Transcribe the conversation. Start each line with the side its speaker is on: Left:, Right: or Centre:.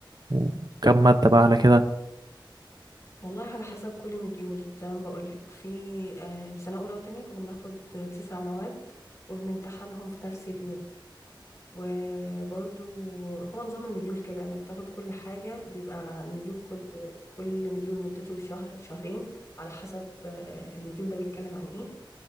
Right: وكم مادة بقى على كده
Left: والله على حسب كل مديول زي ما بقولك في آه، في سنة أولى وتانية كنا بناخد تسع مواد وبنمتحنهم في نفس اليوم وبرضو هو نظام المديول كده إنك بتاخد كل حاجة بيبقى المديول كل كل مديول مدته شهر شهرين على حسب آه، المديول ده بيتكلم عن إيه